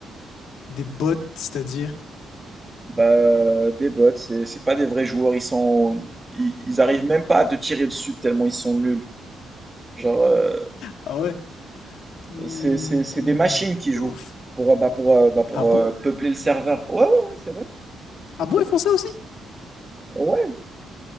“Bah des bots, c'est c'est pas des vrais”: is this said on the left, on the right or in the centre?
Right